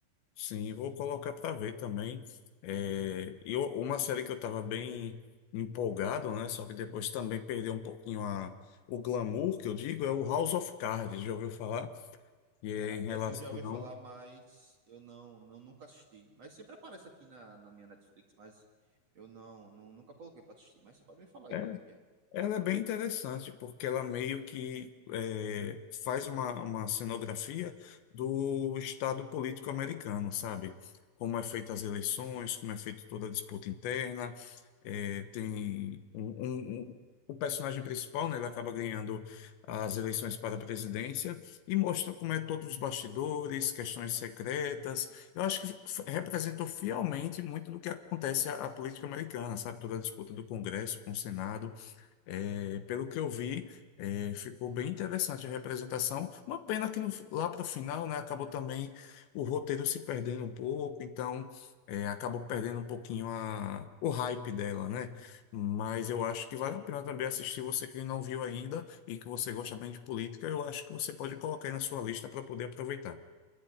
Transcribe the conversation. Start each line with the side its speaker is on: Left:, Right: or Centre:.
Left: Sim, vou colocar para ver também. É, e uma série que eu estava bem empolgado, né? Só que depois também perdeu um pouquinho a, o glamour, que eu digo, é o House of Cards, já ouviu falar? E é
Right: Cara,
Left: em relação.
Right: essa eu já ouvi falar, mas eu não, não nunca assisti. Mas sempre aparece aqui na, na minha Netflix, mas eu não, não nunca coloquei pra assistir. Mas você pode me falar aí
Left: é,
Right: como é que é.
Left: Ela é bem interessante, porque ela meio que eh, faz uma, uma cenografia do estado político americano, sabe? Como é feita as eleições, como é feita toda a disputa interna. eh, tem um, um- um- o personagem principal, né, ele acaba ganhando as eleições para a presidência e mostra como é todos os bastidores, questões secretas. Eu acho que f- representou fielmente muito do que acontece à, à política americana, sabe? Toda a disputa do Congresso com o Senado. É, pelo que eu vi, é, ficou bem interessante a representação. Uma pena que no- lá para o final, né, acabou também o roteiro se perdendo um pouco, então é, acabou perdendo um pouquinho a- o hype dela, né? Mas eu acho que vale a pena também assistir. Você que não viu ainda e que você gosta bem de política, eu acho que você pode colocar aí na sua lista para poder aproveitar.